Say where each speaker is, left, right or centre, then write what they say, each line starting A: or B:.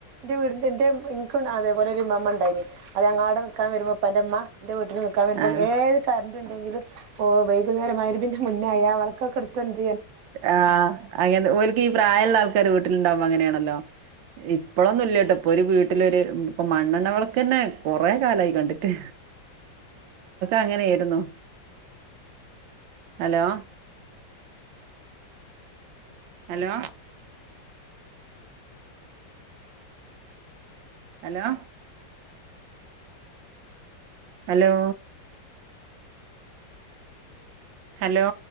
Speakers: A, on the right; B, on the right.
A: ന്റെ വീടിന്റെ ഇൻക്കുണ്ടതേപോലെ ഒരുമ്മ മ്മണ്ടാ യിനി അത് ങ്ങാട് നിൽക്കാൻ വരുമ്പോൾ പ്പന്റെമ്മ എന്റെ വീട്ടിൽ നിൽക്കാൻ വരുമ്പോ
B: ആഹ്
A: ഏത് കര ന്ത് ണ്ടകിലുംഒ വൈകുനേരം മുന്നേ ആയാൽ വെളക്കെക്കെ ഇട് തൊണ്ടരി
B: ആ ഓലക്കിപ്രായം ള്ള ആകാര് വീട്ടിലുണ്ടാകുംബോങ്ങനെയാണല്ലോ ഇപ്പോഴൊന്നും ഇല്ലാട്ടോ ഒരു വീട്ടിലെ ഒരു മണ്ണെണ്ണ വിളക്ക് ഓക്കേ കുറെ കാലായി കണ്ടിട്ട് അങ്ങനെയായിരുന്നു hello hello hello hello hello